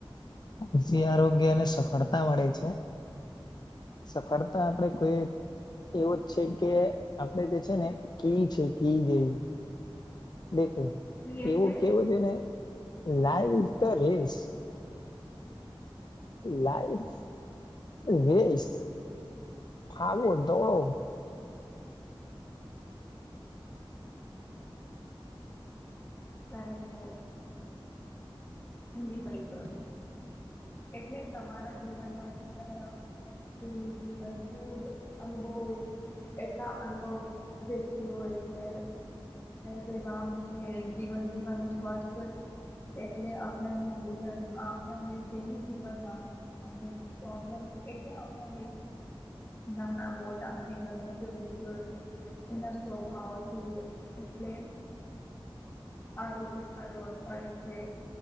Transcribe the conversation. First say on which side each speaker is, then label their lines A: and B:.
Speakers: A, on the left; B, on the left.
A: કૃષિ આરોગ્યને સફળતા મળે છે. સફળતા આપડે કોઈ એવું જ છે કે આપડે જે છે ને કી છે કીજેવી દેખું
B: ઈ એટલે
A: એવું કેવું છે ને લાઈવ તો રીસ લાઈફ વસ ફાવો દોડો
B: સરસ સર સમજી પડી ગયો, એટલે તમારા જીવનમાંથીતા દનિક જીવન ખૂબ અનુભવ એટલા અનુભવ વતી હોય છે વરામ છે જીવન જીવનનું સ્વાસ્થ્ય એટલે આપણને ભોજન, આપને દૈનિક જીવન માં પ્રોબ્લેમ એટલે આપને નાના મોટા અને ઘર જે વ્યક્તિઓ છે એના સ્વભાવથી, એટલે આરોગ્ય સારું અખવાય છે,